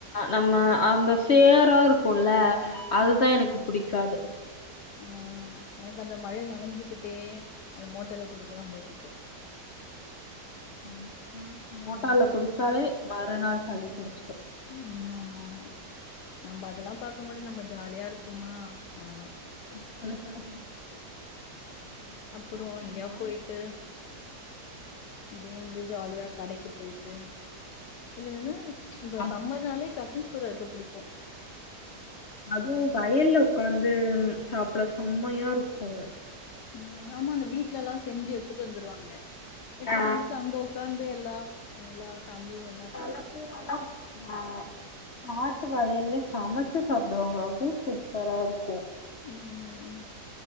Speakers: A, on the left; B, on the left.
A: நம்ம அந்த சேரா இருக்கொல்ல அதுதா எனக்கு புடிக்காது
B: ம் எனக்கு அந்த மழைல நனைஞ்சுகிட்டே அந்த மோட்டர்ல குளிக்கல்லா ரொம்ப புடிக்கும்
A: ஆமா ஆனா இப்ப மோட்டார்ல
B: ம்.
A: குடிச்சாலே மறுநாள் சளி புடிச்சுக்கு
B: ம் ஆமா ஆமா நம்ப அதெல்லா பாக்கும்போது நம்ப ஜாலியா இருப்போமா அவ்ளோதான்
A: <inaudible>
B: அப்புறம்
A: சாப்பிட்டீங்களா?
B: எங்கயா போயிட்டு அப்டியே வந்து ஜாலியா கடைக்கு போயிட்டு <unintelligible> இந்த
A: அத்
B: சம்மர்னாலே கசின்ஸ் கூட இருக்க புடிக்கும்
A: அதுவு வயல்ல உக்காந்து சாப்ட செம்மையா இருக்கும்
B: ம் ஆமா அந்த வீட்ல எல்லா செஞ்சு எடுத்துட்டு வந்துருவாங்க எடுத்துட்டு
A: ஆ,
B: வந்துட்டு அங்க உ உக்காந்து எல்லா எல்லா பேமிலியு ஒண்
A: <unintelligible> ஆ ஆத்து வயல்ல சமைச்சு சாப்பிடுவாங்க அதுவு சூப்பரா இருக்கும்
B: ம் ம்